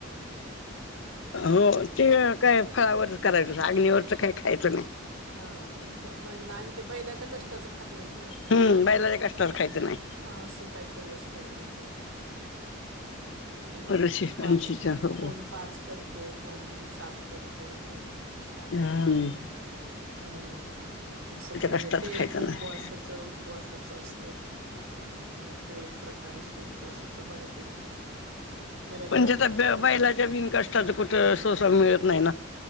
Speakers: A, on the left (about 60°); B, on the right (about 85°).
A: हो ते काय फळावरच करायचं आग्नीवरच काय खायचं नाही
B: हा आणि ते म्हण आणि ते बैलाच्या कष्टाचं खात नाहीत ना
A: हम्म बैलायच्या कष्टाच खायचं नाही
B: हा असं काहीतरी असते आणि ते ते
A: ऋषी पंचीच्या
B: पाच
A: हो
B: कोण पाच करतं कोण सात करतं कोण काय
A: हम
B: हम्म असं ते
A: कष्टाचं
B: ते
A: खायचं
B: एक उपवासाच
A: नाही
B: उपवासाचं असतं हम ते एक प्रकार असतो उपवासाचा बऱ्यापैकी बऱ्याच
A: म्हणजे
B: बायका
A: त्या
B: ते करतात.
A: बैलाच्या बिनकाष्टाच कुठं सोसार मिळतं नाही ना